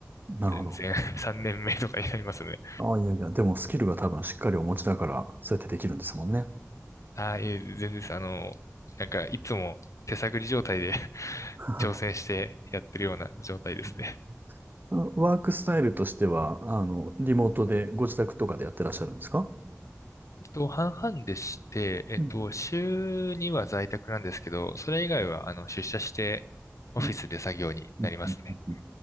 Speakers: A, on the right; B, on the left.
A: なるほど。
B: 全然 <laughs> 3年目とかになりますね。
A: ああ、いやいや、でもスキルが多分しっかりお持ちだから、そうやってできるんですもんね。
B: ああ、いえ、全然です。あの、なんか、いつも手探り状態で <laughs>
A: <laughs>
B: 挑戦してやってるような状態ですね。
A: うんワークスタイルとしては、あの、リモートでご自宅とかでやってらっしゃるんですか
B: えっと、半々でして、えっと、
A: うん
B: 週には在宅なんですけど、それ以外は、あの、出社して、オフィスで作業になりますね。
A: うんうんうん